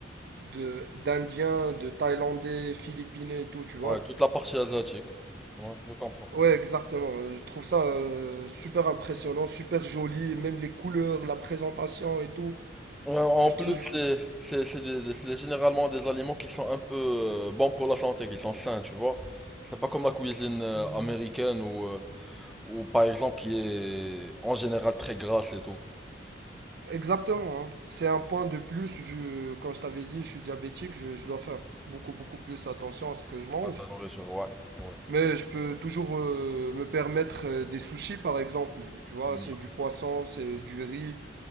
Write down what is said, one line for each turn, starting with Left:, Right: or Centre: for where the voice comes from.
Right: de, d'Indiens, de Thaïlandais, Philippinais et tout, tu vois.
Centre: Ouais, toute la partie asiatique. Ouais, je comprends.
Right: Ouais, exactement. Euh, Je trouve ça euh, super impressionnant, super joli, et même les couleurs, la présentation et tout.
Centre: Ouais, en
Right: Je
Centre: plus,
Right: trouve
Centre: c'est c'est- c'est des- des- c'est généralement des aliments qui sont un peu euh, bons pour la santé, qui sont sains, tu vois. C'est pas comme la cuisine euh, américaine ou, euh, ou par exemple qui est en général très grasse et tout.
Right: exactement. hein. C'est un point de plus vu, euh, comme je t'avais dit, je suis diabétique, je, je dois faire beaucoup, beaucoup plus attention à ce que je mange.
Centre: Ah, ta nourriture, ouais. Ouais.
Right: Mais je peux toujours euh, me permettre euh, des sushis, par exemple. Tu vois,
Centre: Ouais.
Right: c'est du poisson, c'est du riz,